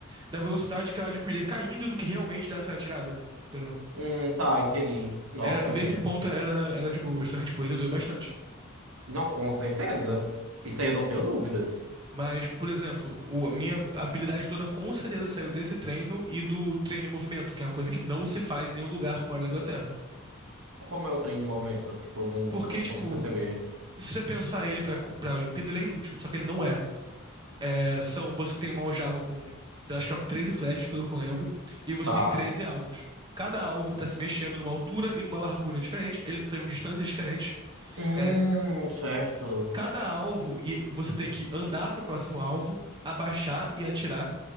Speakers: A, on the right; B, on the right.
A: da velocidade que ela adquiria caindo do que realmente dessa tirada, entendeu?
B: Hum, tá, entendi. Nossa,
A: Era- nesse ponto era, era de boa, só que tipo, ainda doía bastante.
B: não, com certeza. Isso aí eu não tenho dúvidas.
A: Mas, por exemplo, o- a minha habilidade toda com certeza saiu desse treino e do treino em movimento, que é uma coisa que não se faz em nenhum lugar fora da Inglaterra.
B: Como é o trem de movimento? Tipo, não,
A: Porque,
B: não
A: tipo,
B: consigo perceber.
A: se você pensar ele pra, pra Olimpíada, ele é inútil, só que ele não é. É, são, você tem uma aljava com, acho que eram 13 flechas, pelo que eu lembro, e você
B: Tá.
A: tem 13 alvos. Cada alvo tá se mexendo numa altura e numa largura diferente, ele tem distâncias diferentes.
B: Hum,
A: É,
B: certo.
A: cada alvo, e você tem que andar pro próximo alvo, abaixar e atirar,